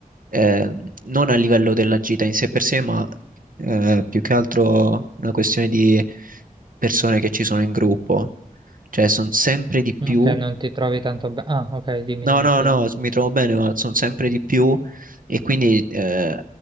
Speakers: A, on the right (about 70°); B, on the right (about 30°).
A: eh, non a livello della gita in sé per sé, ma eh, più che altro una questione di persone che ci sono in gruppo, cioè sono sempre di
B: ok,
A: più
B: non ti trovi tanto bene. Ah, ok, dimmi,
A: No,
B: dimmi,
A: no,
B: scusa.
A: no, s- mi trovo bene, ma sono sempre di più e quindi eh,